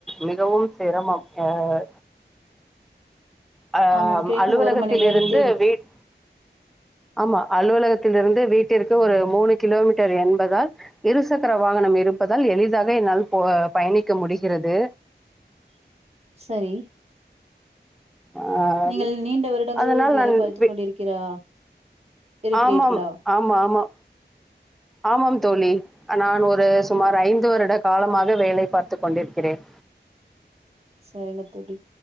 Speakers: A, in the centre; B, on the right.
A: மிகவும் சிரமம் ஆஹ் அ ஆஹ்
B: ஆமாம் கிடைக்கும்
A: அலுவலகத்தில்
B: ஒரு மணி நேரத்தில்
A: இருந்து வீட் ஆமா அலுவலகத் தில் இருந்து வீட்டிற்கு ஒரு மூணு கிலோமீட்டர் என் இருசக்கர வாகனம் இருப்பதால் எளிதாக என்னால் போக பயணிக்க முடிகிறது
B: சரி
A: ஆஹ்
B: நீங்கள் நீண்ட வருடங்கள்
A: அதனால்
B: வேலை
A: நான்
B: பார்த்து
A: வெ
B: கொண்டிருக்கிறா இருக்கிறீர்களா
A: ஆமாம் ஆமா ஆமா ஆமாம் தோழி நான் ஒரு சுமார் ஐந்து வருட காலமாக வேலை பார்த்துக் கொண்டிரிக்கிறேன்
B: சரிங்க தோழி